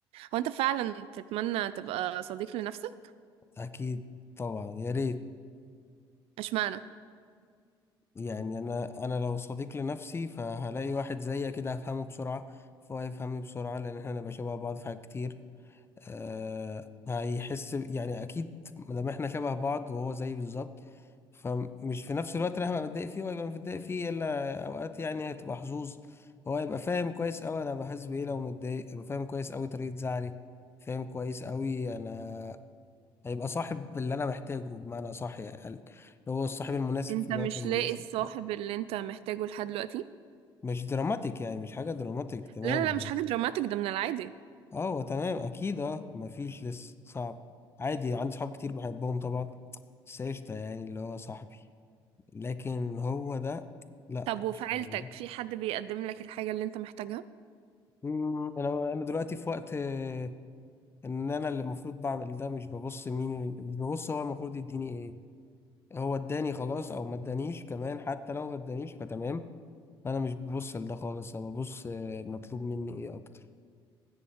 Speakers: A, on the right; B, on the left.
A: هو انت فعلا تتمنى تبقى صديق لنفسك
B: اكيد طبعا يا ريت
A: اشمعنى
B: يعني انا انا لو صديق لنفسي فهلاقي واحد زيي كده هفهمه بسرعه فهو يفهمني بسرعه لان احنا نبقى شبه بعض في حاجات كتير أه هيحس ب- يعني اكيد مادام احنا شبه بعض وهو زيي بالظبط فمش في نفس الوقت انا هبقى متضايق فيه وهيبقى متضايق فيه الا اوقات يعني هتبقى حظوظ هو هيبقى فاهم كويس قوي انا بحس بايه لو متضايق هيبقى فاهم كويس قوي طريقه زعلي فاهم كويس قوي انا هيبقى صاحب اللي انا محتاجه بمعنى صح يعني اللي هو الصاحب المناسب
A: انت
B: في الوقت
A: مش
B: المناسب
A: لاقي الصاحب اللي انت محتاجه لحد دلوقتي
B: مش دراماتيك يعني مش حاجة دراماتيك تمام
A: لا لا لا مش حاجه دراماتيك ده من العادي
B: اه هو تمام اكيد اه مفيش لسه صعب عادي عندي صحاب كتير بحبهم طبعا بس قشطة يعني اللي هو صاحبي لكن هو ده لا
A: طب وفي
B: مش
A: عيلتك
B: هو.
A: في حد بيقدم لك الحاجه اللي انت محتاجها
B: مم، انا انا دلوقتي في وقت آه، ان انا اللي المفروض بعمل ده مش ببص مين اللي ببص هو المفروض يديني ايه هو اداني خلاص او ما ادانيش كمان حتى لو ما ادانيش فتمام انا مش ببص لده خالص انا ببص آه، مطلوب مني ايه اكتر